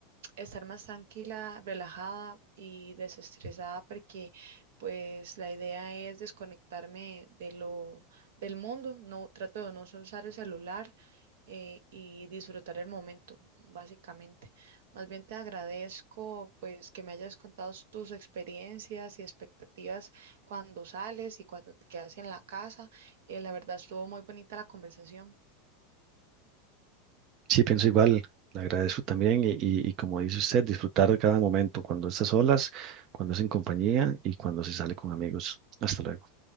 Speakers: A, on the right; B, on the right.
A: estar más tranquila, relajada y desestresada porque pues la idea es desconectarme de lo del mundo, no trato de no usar el celular eh, y disfrutar el momento, básicamente. Más bien te agradezco pues que me hayas contado s- tus experiencias y expectativas cuando sales y cuando te quedas en la casa. Eh, la verdad estuvo muy bonita la conversación.
B: Sí, pienso igual. Le agradezco también y, y, y como dice usted, disfrutar de cada momento, cuando estás solas, cuando es en compañía y cuando se sale con amigos. Hasta luego.